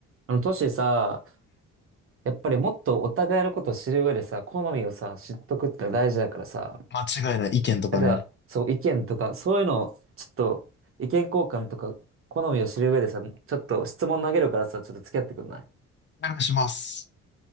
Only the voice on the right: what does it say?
あの、トシさ、やっぱりもっとお互いのことを知る上でさ、好みをさ、知っとくってのは大事だからさ、
なんか、そう、意見とか、そういうのを、ちょっと、意見交換とか、好みを知る上でさ、ちょっと質問投げるからさ、ちょっと付き合ってくんない